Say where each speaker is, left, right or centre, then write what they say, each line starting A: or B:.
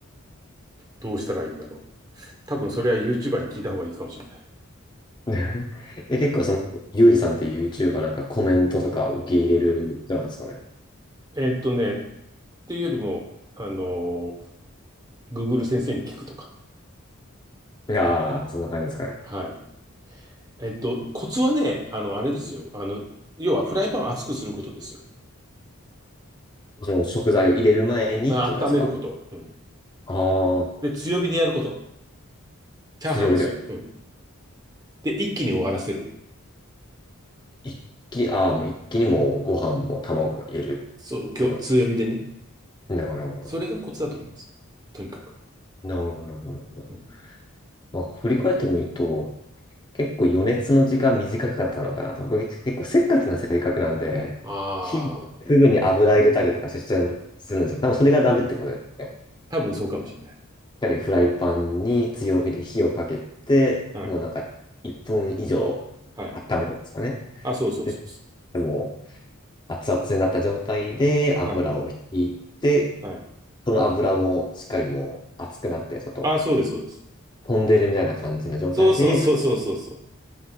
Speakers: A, on the right; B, on the left.
A: どうしたらいいんだろう。多分それは YouTuber に聞いた方がいいかもしれない。
B: <laughs> え、結構その、ユージさんっていう YouTuber なんかコメントとか受け入れる人なんですかね。
A: えーっとね、っていうよりも、あのー、Google 先生に聞くとか。
B: いやー、そんな感じですかね。
A: はい。えっと、コツはね、あの、あれですよ。あの、要はフライパンを熱くすることですよ。
B: その食材を入れる前にってことですか。
A: まあ、温めること。うん。
B: ああ、
A: で、強火でやること。チャーハンはす、
B: 強火で。
A: うん。で、一気に終わらせる。
B: 一気、ああ、もう一気にもうご飯も卵も入れるってこと。
A: そう、今日、強火でね。
B: なるほど、なるほど。
A: それがコツだと思います。とにかく。
B: なるほど、なるほど。なるほど
A: うん、
B: まあ、振り返ってみると、結構余熱の時間短かったのかなと。僕結構せっかちな性格なんで、
A: あ
B: 火、
A: あ。は
B: すぐに油入れたりとかしちゃうするんですよ。多分それがダメってことですね。
A: いはい。
B: しっ
A: 多分そうかもしれない。
B: かりフライパンに強火で火をかけて、
A: はい。
B: もうなんか1分以上温めるんですかね。
A: はい。あ、そうそうそうそ
B: で、もう熱々になった状態で油を引いて、
A: う。はい。はい。
B: その油もしっかりもう熱くなって、ちょっと
A: あ、そうです、そうです。
B: 飛んでるみたいな感じの状態で
A: そうそうそうそうそうそ